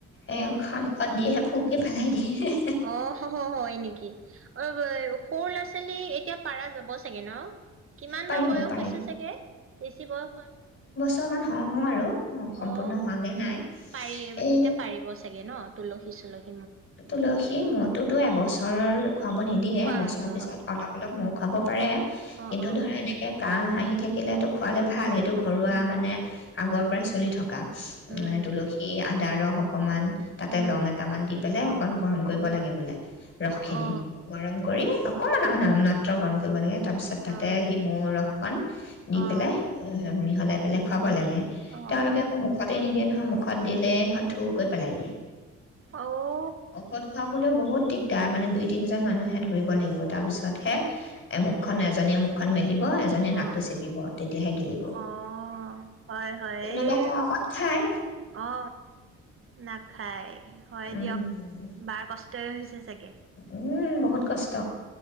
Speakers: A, on the left (about 45°); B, on the right (about 45°).
A: এ
B: অ
A: এইখন মুখত দিহে ফু সি পালেই দি ই ই
B: অ হ হ হয় নেকি সৰু ল'ৰা ছোৱালী এতিয়া পাৰা যাব চাগে ন কিমান
A: পাৰিব
B: বা বয়স
A: পাৰিব
B: হৈছে চাগে বেছি বয়স হোৱা
A: ছমান হওঁ হওঁ আৰু সম্পূৰ্ণ
B: অ
A: হোৱাগৈ
B: অ
A: নাই
B: পাৰি
A: এই
B: তেতিয়া পাৰিব চাগে ন তুলসী চলৈ
A: তুলসী মতোতো এবছৰ কাৰ খুৱাব নিদিয়ে
B: খোৱা
A: বছৰৰ
B: অ
A: পিছত অলপ অলপ মোক খুৱাব পাৰে
B: অ অ
A: কিন্তু
B: অ
A: ধৰা
B: অ
A: এনেকে কাঁহ আহি থাকে সিলাটো খোৱালে ভাল হে টো ঘৰুৱা
B: উম
A: মানে আগৰ পৰাই চলি থকা উ
B: উম
A: মানে তুলসী আ দাৰস অকণমান তাতে
B: উম
A: লং এটামান দি এ অকন গৰম কৰিব
B: উম
A: লাগে বোলে ৰসখিনি
B: অ
A: গৰম কৰি অকণমান আ নাম মাত্ৰ গৰম কৰিব লাগে তাৰপিছত তাতে
B: অ
A: সেই মৌ ৰসকণ দি
B: অ অ
A: পেলাই মিহলাই পিনে খাব লাগে
B: অ
A: তেওঁলোকে আকৌ মুখতে নিদিয়ে নহয় মুখ মুখত দিলেই হ'ল থুৰকৈ পেলাই দিয়ে
B: অ
A: ঔষধ খুৱাবলৈও বহুত দিগদাৰ মানে দুই তিনজন মানুহে ধৰিব লাগিব তাৰ পিছতহে এমুখখন এজনী এমুখখন মেলি এজনে নাকটো
B: অ
A: চেপিব তেতিয়াহে গিলিব
B: অ হয় হয়
A: কোনোবা
B: এই
A: এটা সৎ খাই
B: অ নাখায় হয়
A: উম
B: দিয়ক বাৰ কষ্ট তাৰ হৈছে যে
A: উম, বহুত কষ্ট